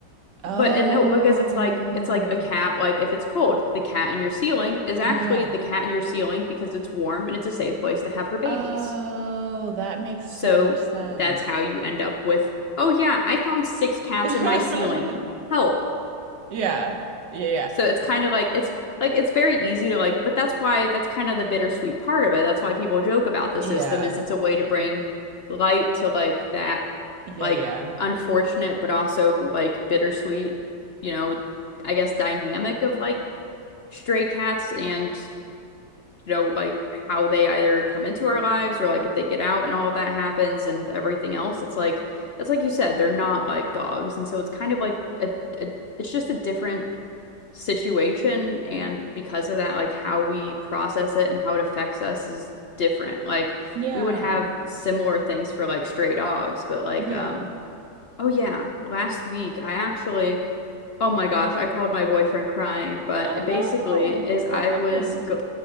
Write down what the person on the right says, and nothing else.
Oh,
yeah.
Oh, that makes
so much sense.
<laughs>
Yeah. Yeah, yeah.
Yeah.
Yeah,
yeah.
Yeah.
Yeah.
Oh
no.
What happened?